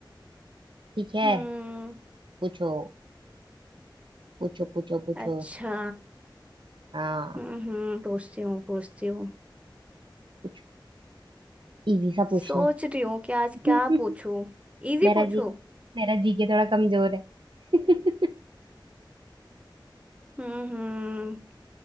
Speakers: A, on the right (about 75°); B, on the right (about 15°).
A: ठीक है
B: हम्म
A: पूछो पूछो पूछो पूछो
B: अच्छा
A: हाँ
B: हम्म हम्म पूछती हूँ पूछती हूँ
A: कुछ इजी सा पूछना
B: सोच रही हूँ कि आज
A: <laughs>
B: क्या पूछूं इजी
A: मेरा
B: पूछूं
A: जी मेरा जी के थोड़ा कमजोर है <laughs>
B: हम्म हम्म